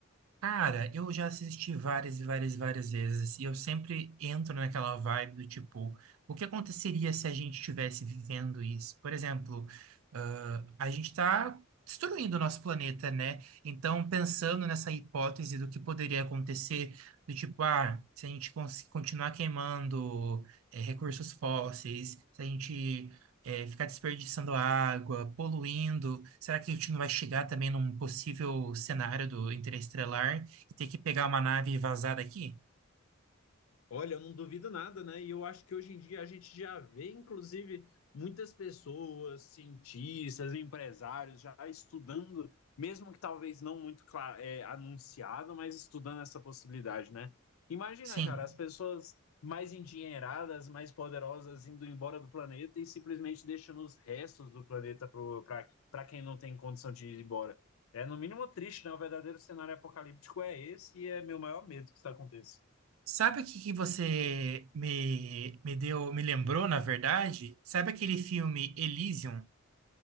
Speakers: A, on the right (about 75°); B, on the left (about 80°).
A: Cara, eu já assisti várias e várias e várias vezes, e eu sempre entro naquela vibe do tipo, o que aconteceria se a gente estivesse vivendo isso? Por exemplo, ah, a gente está destruindo o nosso planeta, né? Então, pensando nessa hipótese do que poderia acontecer, do tipo, ah, se a gente cons- continuar queimando, eh, recursos fósseis, se a gente é, ficar desperdiçando água, poluindo? Será que a gente não vai chegar também num possível cenário do interestelar e ter que pegar uma nave e vazar daqui?
B: Olha, eu não duvido nada, né? E eu acho que hoje em dia a gente já vê, inclusive, muitas pessoas, cientistas, empresários, já estudando, mesmo que talvez não muito cla- é, anunciado, mas estudando essa possibilidade, né? Imagina,
A: Sim.
B: cara, as pessoas mais endinheiradas, mais poderosas indo embora do planeta e simplesmente deixando os restos do planeta para quem não tem condição de ir embora. É no mínimo triste, né? O verdadeiro cenário apocalíptico é esse e é meu maior medo que isso aconteça.
A: Sabe o que que você me, me deu, me lembrou, na verdade? Sabe aquele filme Elysium,